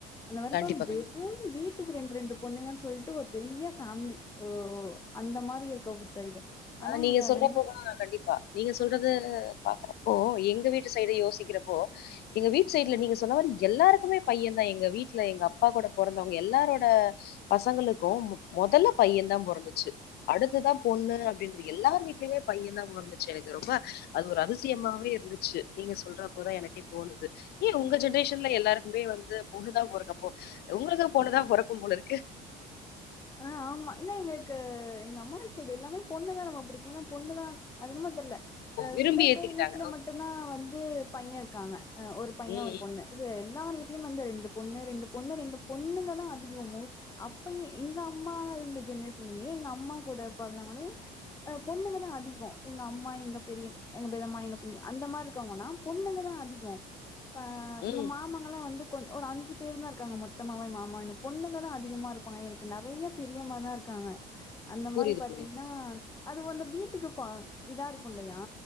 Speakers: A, on the left; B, on the left.
A: அந்த மாறி
B: கண்டிப்பா
A: தான்‌ வெறும்
B: கண்டிப்பா
A: வீட்டுக்கு ரெண்டு ரெண்டு பொண்ணுங்க சொல்ட்டு ஒரு பெரிய பேமிலி அந்த மாறி இருக்க ஒரு சைடு
B: ஆ
A: ஆனா
B: நீங்க
A: எங்க
B: சொல்றப்ப
A: நைனா
B: வா‌ கண்டிப்பா நீங்க சொல்றத பாக்கறப்போ எங்க வீட்டு சைடு யோசிக்கறப்போ எங்க வீட் சைட்ல நீங்க சொன்ன மாறி எல்லாருக்குமே பையன் தா எங்க வீட்ல எங்க அப்பா கூட பொறந்தவங்க எல்லாரோட பசங்களுக்கும் மொதல்ல பையன் தா பொறந்துச்சு அடுத்துதா பொண்ணு அப் பின்பு எல்லார் வீட்லயுமே பைய தா பொறந்துச்சு எனக்கு ரொம்ப அது ஒரு அதிசியமாவே இருந்துச்சு நீங்க சொல்ற போதா எனக்கே தோணுது ஏ உங்க ஜென்ரேஷன்ல எல்லாருக்குமே வந்து பொண்ணுதா போறக்குப்போ‌‍ உங்களுக்கு பொண்ணு தா பொறக்கு போல இருக்கு
A: ஆ ஆமா இல்ல எங்களுக்கு எங்க அம்மாவோட சைடு எல்லாமே பொண்ணு தா ரொம்ப பிடிக்கு ஏனா பொண்ணுதா அது என்னமோ தெர்ல அ
B: விரும்பி
A: சில
B: ஏத்துக்கிட்டாங்க.
A: பேர் வீட்ல மட்டுதா வந்து பைய இருக்காங்க அ ஒரு பைய
B: ம்,
A: ஒரு பொண்ணு இது எல்லார வீட்லயு வந்து ரெண்டு பொண்ணு ரெண்டு பொண்ணு ரெண்டு பொண்ணுங்க தா அதிகோ மோஸ் அப்பயே எங்க அம்மா இருந்த ஜென்ரேஷன்லயே எங்க அம்மா கூட பொறந்தங்களே ஆ பொண்ணுங்கதா அதிகோ எங்க அம்மா எங்க பெரிய எங்க பெதம்மா எங்க பிண்ணி அந்த மாரி இருக்கங்கன்னா பொண்ணுங்க தா அதிகோ ஆ
B: ம்,
A: எங்க
B: ம்.
A: மாமா இவங்களா வந்து கொஞ்சோ ஒரு அஞ்சு பேர் தா இருக்காங்க மொத்தமாவே மாமானு பொண்ணுங்க தா அதிகமா இருப்பாங்க நெறைய பெரியமா தா இருக்காங்க அந்த
B: புரியுது,
A: மாரி பாத்தீங்கன்னா
B: புரியுது.
A: அது வந்து வீட்டுக்கு பா இதா இருக்கு இல்லையா